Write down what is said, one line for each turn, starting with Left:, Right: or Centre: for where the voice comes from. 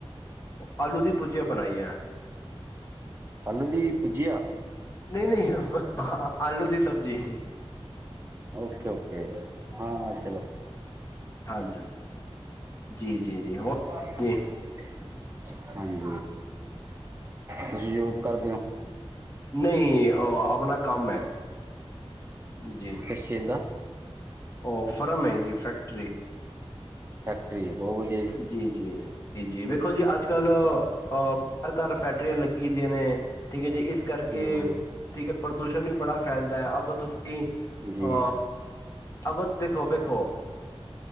Left: ਆਲੂ ਦੀ ਭੁਜੀਆਂ ਬਣਾਈ ਹੈ
Right: ਆਲੂ ਦੀ ਭੁਜੀਆਂ
Left: ਨਹੀਂ, ਨਹੀਂ ਆਲੂ ਦੀ ਸਬਜ਼ੀ
Right: ਓਕੇ, ਓਕੇ ਹਾਂ ਚਲੋ
Left: ਹਾਂਜੀ ਹਾਂ ਜੀ, ਜੀ, ਜੀ ਹੋਰ
Right: ਬਾਰੀ
Left: ਜੀ
Right: ਦੋ <unintelligible> ਹਾਂਜੀ ਤੁਸੀਂ ਜੋਬ ਕਰਦੇ ਓ।
Left: ਨਈ ਆਪਣਾ ਕੰਮ ਐ ਜੀ।
Right: ਕਿਸ ਚੀਜ ਦਾ।
Left: ਓ ਫਰਮ ਹੈਗੀ ਫੈਕਟਰੀ।
Right: ਫੈਕਟਰੀ ਬੋ ਵਧੀਆ।
Left: ਜੀ, ਜੀ। ਜੀ, ਜੀ ਵੇਖੋ ਜੀ ਅੱਜ ਕੱਲ ਅ ਹਰ ਘਰ, ਫੈਕਟਰੀਆਂ ਲੱਗੀ ਦੀਆਂ ਨੇ ਠੀਕ ਐ ਜੀ ਇਸ ਕਰਕੇ
Right: ਜੀ
Left: ਠੀਕ ਐ ਪ੍ਰਦੂਸ਼ਣ ਵੀ ਬੜਾ ਫੈਲਦਾ ਅਗਰ ਤੁਸੀਂ
Right: ਜੀ ਜੀ
Left: ਆ ਅਗਰ ਦੇਖੋ, ਵੇਖੋ